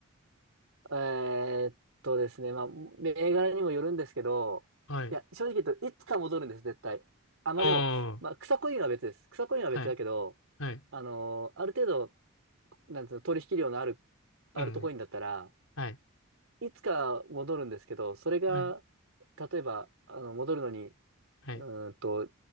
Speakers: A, on the right; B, on the left.
A: えーっとですね、まあ、銘柄にもよるんですけど、
B: はい。
A: いや、正直言うといつか戻るんです、絶対。あ、
B: あ
A: まあでも、
B: あ、
A: まあ、草コインは別です。草コインは別だけど、
B: はい、はい、
A: あの、ある程度、なんていうの、取引量のある、あるとコインだったら、
B: うん、はい、
A: いつか戻るんですけど、それが、
B: はい、
A: 例えば、あの、戻るのに、
B: はい、
A: うーんと、